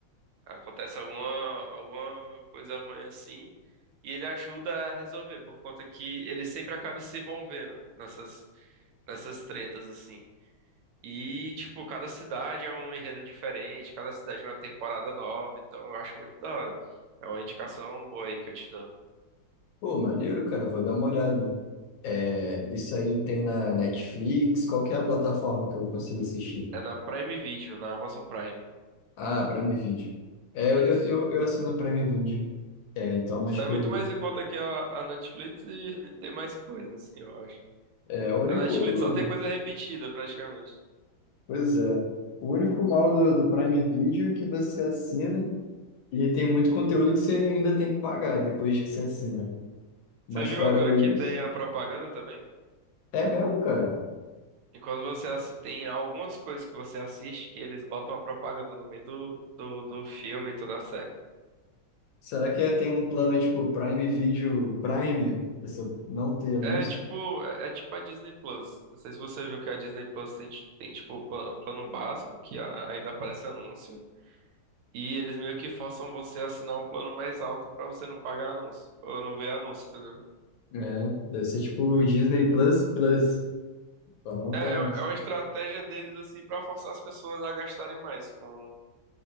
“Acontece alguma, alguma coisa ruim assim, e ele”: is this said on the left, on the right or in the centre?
Right